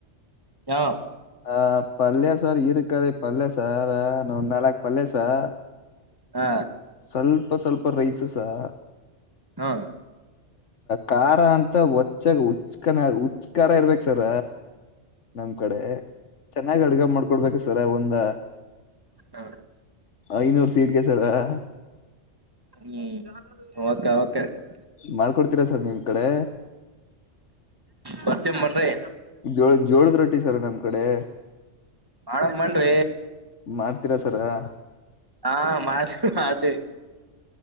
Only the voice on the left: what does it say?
ಹ ಪಲ್ಯ ಸರ್ ಇರ್ಕರಿ ಪಲ್ಯ ಸಾರ್ ನೊ ನಾಲ್ಕ್ ಪಲ್ಯಸಾರ್
ಸ್ವಲ್ಪ ಸ್ವಲ್ಪ ಸರ್ ರೈಸಸ್ <unintelligible>
ಖಾರ ಅಂತ ಒಚ್ಚಾಗ ಹುಚ್ಕನ ಹುಚ್ ಖಾರ ಇರ್ಬೇಕ ಸರ ನಮ್ ಕಡೆ ಚೆನ್ನಾಗ್ ಅಡ್ಗ ಮಾಡ್ಕೊಡ್ಬೇಕ ಸರ ಅವ ಒ ಅಂದ
ಐನೂರು ಸೀಟ್ಗೆಸರ <inaudible>
ಮಾಡ್ಕೊಡ್ತೀರಾ ಸರ್ ನಿಮ್ ಕಡೆ
ಜೋಳ ಜೋಳದ ರೊಟ್ಟಿ ಸರ್ ನಮ್ ಕಡೆ
ಮಾಡ್ತೀರಾ ಸರ